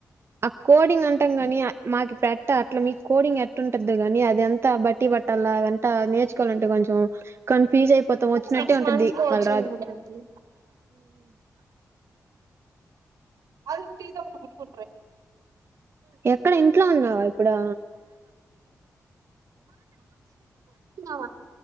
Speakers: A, on the right; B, on the right.
A: ఆ కోడింగ్ అంటాం గాని ఆ మాకి ప్రాక్ ట అట్లా మీకు కోడింగ్ ఎట్టుంటద్దో గాని అది అంత బట్టి పట్టాల్ల అంట నేర్చుకోవాలంటే కొంచెం కన్ఫ్యూజ్ అయిపోతాం. వొచ్చినట్టే
B: సిక్స్
A: ఉంటద్ది
B: మంత్స్ కోచింగ్
A: మళ్ రాదు
B: ఉంటది అది టి దాగుతం ఉ
A: ఎక్కడ ఇంట్లో ఉన్నావా ఇప్పుడు
B: ఆ